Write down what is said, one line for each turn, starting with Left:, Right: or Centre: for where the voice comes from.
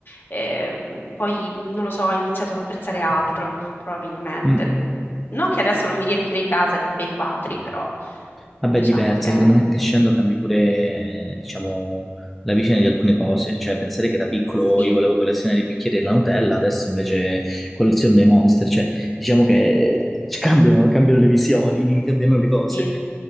Left: eh, poi non lo so, ho iniziato ad apprezzare altro, probabilmente.
Centre: Mm.
Left: Non che adesso non mi riempirei casa di bei quadri, però
Centre: Vabbè,
Left: diciamo
Centre: diversa,
Left: che
Centre: secondo
Left: mm,
Centre: me crescendo cambi pure, eh, diciamo, la visione di alcune cose, cioè pensare che da piccolo
Left: sì,
Centre: io volevo collezionare i bicchieri della Nutella, adesso invece colleziono dei Monster, cioè diciamo che ci cambiano, cambiano le visioni, cambiano le cose.
Left: sì,